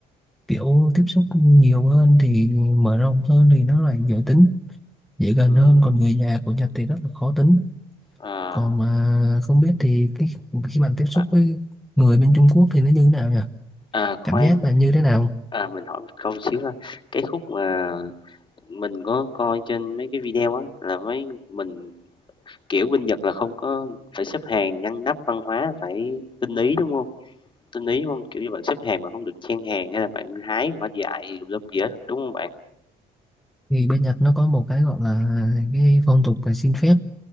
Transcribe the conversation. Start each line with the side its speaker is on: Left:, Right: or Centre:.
Centre: kiểu tiếp xúc nhiều hơn thì mở rộng hơn thì nó lại dễ tính dễ gần
Left: ừm,
Centre: hơn còn người già của Nhật thì rất là khó tính
Left: à,
Centre: còn mà không biết thì cái khi bạn tiếp xúc
Left: à,
Centre: với người bên Trung Quốc thì nó như thế nào nhỉ
Left: à, khoan,
Centre: cảm giác là như thế nào
Left: à, mình hỏi một câu xíu ha, cái khúc mà mình có coi trên mấy cái video á, là mấy mình kiểu, bên Nhật là không có phải xếp hàng ngăn nắp văn hóa, phải tinh ý, đúng không? Tinh ý đúng Kiểu như, bạn xếp hàng mà không được chen hàng hay là bạn hái quả dại gì tùm lum gì hết, đúng không bạn?
Centre: thì bên Nhật nó có một cái gọi là cái phong tục là xin phép